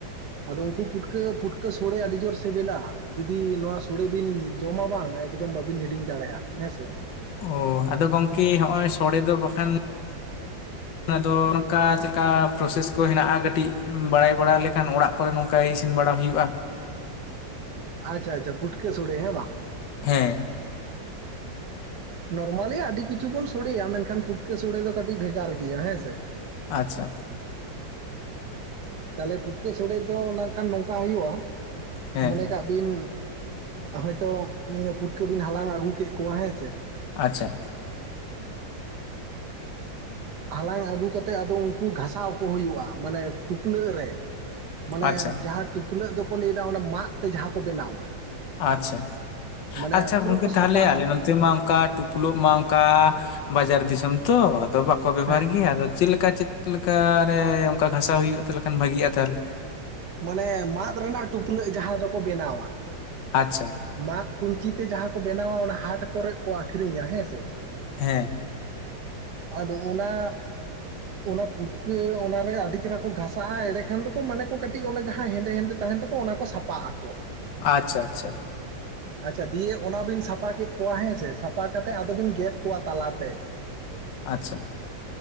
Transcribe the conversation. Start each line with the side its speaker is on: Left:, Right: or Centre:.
Right: ᱟᱫᱚ ᱩᱱᱠᱩ ᱯᱩᱴᱠᱟᱹ ᱯᱩᱴᱠᱟᱹ ᱥᱳᱲᱮ ᱟᱹᱰᱤ ᱡᱳᱨ ᱥᱮᱵᱮᱞᱟ, ᱡᱩᱫᱤ ᱱᱚᱣᱟ ᱥᱳᱲᱮ ᱵᱤᱱ ᱡᱚᱢᱟ ᱵᱟᱝ ᱮᱠᱫᱚᱢ ᱵᱟᱹᱵᱤᱱ ᱦᱤᱲᱤᱧ ᱫᱟᱲᱮᱜᱼᱟ, ᱦᱮᱸ ᱥᱮ᱾
Left: ᱚᱻ ᱟᱫᱚ ᱜᱚᱝᱠᱮ ᱦᱚᱸᱜᱼᱚᱭ ᱥᱳᱲᱮ ᱫᱚ ᱵᱟᱠᱷᱟᱱ
Right: <inaudible>
Left: ᱚᱱᱟᱫᱚ ᱱᱚᱝᱠᱟ ᱪᱮᱫᱠᱟ ᱯᱨᱚᱥᱮᱥ ᱠᱚ ᱦᱮᱱᱟᱜᱼᱟ, ᱠᱟᱹᱴᱤᱡ ᱵᱟᱲᱟᱭ ᱵᱟᱲᱟ ᱞᱮᱠᱷᱟᱱ ᱚᱲᱟᱜ ᱠᱚᱨᱮ ᱱᱚᱝᱠᱟ ᱤᱥᱤᱱ ᱵᱟᱲᱟ ᱦᱩᱭᱩᱜᱼᱟ,
Right: ᱟᱪᱪᱷᱟ ᱟᱪᱪᱷᱟ, ᱯᱩᱴᱠᱟᱹ ᱥᱳᱲᱮ ᱦᱮᱸ ᱵᱟᱝ?
Left: ᱦᱮᱸ᱾
Right: ᱱᱚᱨᱢᱟᱞᱤ ᱟᱹᱰᱤ ᱠᱤᱪᱷᱩ ᱵᱚᱱ ᱥᱳᱲᱮᱭᱟ, ᱢᱮᱱᱠᱷᱟᱱ ᱯᱩᱴᱠᱟᱹ ᱥᱳᱲᱮ ᱫᱚ ᱠᱟᱹᱴᱤᱡ ᱵᱷᱮᱜᱟᱨ ᱜᱮᱭᱟ ᱦᱮᱸ ᱥᱮ᱾
Left: ᱟᱪᱪᱷᱟ᱾
Right: ᱛᱟᱦᱞᱮ ᱯᱩᱴᱠᱟᱹ ᱥᱳᱲᱮ ᱫᱚ ᱱᱟᱸᱜᱠᱷᱟᱱ ᱱᱚᱝᱠᱟ ᱦᱩᱭᱩᱜᱼᱟ,
Left: ᱦᱮᱸ
Right: ᱢᱚᱱᱮ ᱠᱟᱜ ᱵᱤᱱ ᱦᱚᱭᱛᱚ ᱯᱩᱴᱠᱟᱹ ᱵᱤᱱ ᱦᱟᱞᱟᱝ ᱟᱹᱜᱩ ᱠᱮᱜ ᱠᱚᱣᱟ ᱦᱮᱸ ᱥᱮ᱾
Left: ᱟᱪᱪᱷᱟ᱾
Right: ᱦᱟᱞᱟᱝ ᱟᱹᱜᱩ ᱠᱟᱛᱮᱜ ᱟᱫᱚ ᱩᱱᱠᱩ ᱜᱷᱟᱸᱥᱟᱣ ᱠᱚ ᱦᱩᱭᱩᱜᱼᱟ, ᱢᱟᱱᱮ ᱴᱩᱯᱞᱟᱹᱜ ᱨᱮ᱾ ᱢᱟᱱᱮ
Left: ᱟᱪᱪᱷᱟ
Right: ᱡᱟᱦᱟᱸ ᱴᱩᱯᱞᱟᱹᱜ ᱫᱚᱠᱚ ᱞᱟᱹᱭ ᱫᱟ ᱚᱱᱟ ᱢᱟᱜ ᱛᱮ ᱡᱟᱦᱟᱸ ᱠᱚ ᱵᱮᱱᱟᱣᱟ᱾
Left: ᱟᱪᱪᱷᱟ,
Right: ᱢᱟᱱᱮ
Left: ᱟᱪᱪᱷᱟ
Right: ᱯᱩᱨᱟᱹ
Left: ᱜᱚᱝᱠᱮ
Right: ᱠᱚ ᱥᱟᱯᱟᱜᱼᱟ
Left: ᱛᱟᱦᱞᱮ ᱟᱞᱮ ᱱᱚᱛᱮ ᱢᱟ ᱚᱝᱠᱟ ᱴᱩᱯ ᱯᱩᱞᱳᱜ ᱢᱟ ᱚᱝᱠᱟ, ᱵᱟᱡᱟᱨ ᱫᱤᱥᱚᱢ ᱛᱚ, ᱟᱫᱚ ᱵᱟᱠᱚ ᱵᱮᱵᱚᱦᱟᱨ
Right: ᱦᱮᱸ
Left: ᱜᱮᱭᱟ ᱟᱫᱚ ᱪᱮᱞᱮᱠᱟ ᱪᱮᱫ? ᱞᱮᱠᱟᱨᱮ ᱚᱝᱠᱟ ᱜᱷᱟᱸᱥᱟᱣ ᱦᱩᱭᱩᱜᱼᱟ, ᱛᱟᱞᱮ ᱠᱷᱟᱱ ᱵᱷᱟᱜᱤᱜᱼᱟ ᱛᱟᱦᱞᱮ᱾
Right: ᱢᱟᱱᱮ ᱢᱟᱫ ᱨᱮᱱᱟᱜ ᱴᱩᱯᱞᱟᱹᱜ ᱡᱟᱦᱟᱸ ᱫᱚᱠᱚ ᱵᱮᱱᱟᱣᱟ᱾
Left: ᱟᱪᱪᱷᱟ
Right: ᱢᱟᱫ ᱠᱩᱧᱪᱤ ᱛᱮ ᱡᱟᱦᱟᱸ ᱠᱚ ᱵᱮᱱᱟᱣᱟ, ᱚᱱᱟ ᱦᱟᱴ ᱠᱚᱨᱮᱜ ᱠᱚ ᱟᱹᱠᱷᱨᱤᱧᱟ ᱦᱮᱸ ᱥᱮ᱾
Left: ᱦᱮᱸ᱾
Right: ᱟᱫᱚᱢ ᱚᱱᱟ ᱚᱱᱟ ᱯᱩᱴᱠᱟᱹ ᱚᱱᱟᱨᱮ ᱟᱹᱰᱤ ᱪᱮᱨᱦᱟ ᱠᱚ ᱜᱷᱟᱥᱟᱜ-ᱟ, ᱮᱸᱲᱮ ᱠᱷᱟᱱ ᱫᱚᱠᱚ ᱢᱟᱱᱮ ᱠᱚ ᱠᱟᱹᱴᱤᱡ ᱚᱱᱟ ᱡᱟᱦᱟᱸ ᱦᱮᱸᱫᱮ ᱦᱮᱸᱫᱮ ᱛᱟᱦᱮᱱ ᱛᱟᱠᱚ ᱚᱱᱟ ᱠᱚ ᱥᱟᱯᱟᱜ-ᱟ ᱟᱠᱚ ᱾
Left: ᱟᱪᱪᱷᱟ ᱟᱪᱪᱷᱟ ᱾
Right: <inaudible> ᱟᱪᱪᱷᱟ, ᱫᱤᱭᱮ ᱚᱱᱟ ᱵᱤᱱ ᱥᱟᱯᱟ ᱠᱮᱜ ᱠᱚᱣᱟ ᱦᱮᱸᱥᱮ, ᱥᱟᱯᱟ ᱠᱟᱛᱮ ᱟᱫᱚ ᱵᱤᱱ ᱜᱮᱫ ᱠᱚᱣᱟ ᱛᱟᱞᱟᱛᱮ ᱾ <inaudible>
Left: ᱟᱪᱪᱷᱟ ᱾